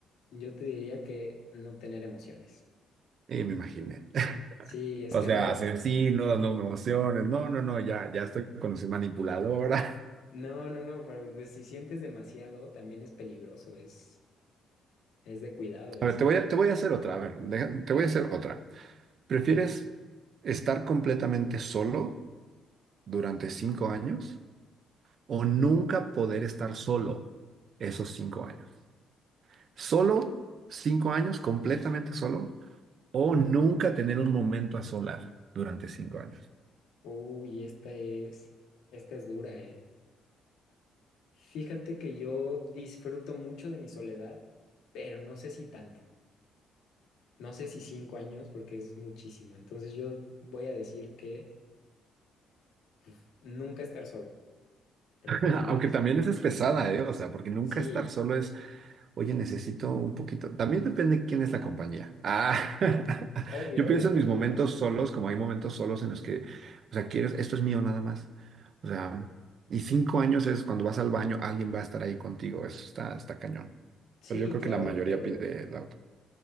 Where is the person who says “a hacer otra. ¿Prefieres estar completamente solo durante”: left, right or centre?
Right